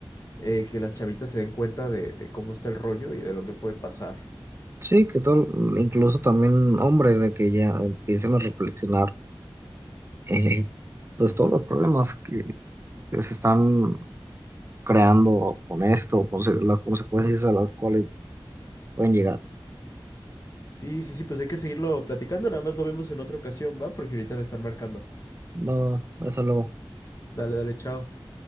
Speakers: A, on the left (about 40°); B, on the right (about 30°).
A: eh, que las chavitas se den cuenta de, de cómo está el rollo y de lo que puede pasar.
B: Sí, que todo, incluso también hombres de que ya empiecen a reflexionar, eh, pues todos los problemas que, que se están creando con esto, con se- las consecuencias a las cuales pueden llegar.
A: Sí, sí, sí, pues hay que seguirlo platicando, nada más lo vemos en otra ocasión, ¿va? Porque ahorita me están marcando.
B: Va, va, hasta luego.
A: Dale, dale, chao.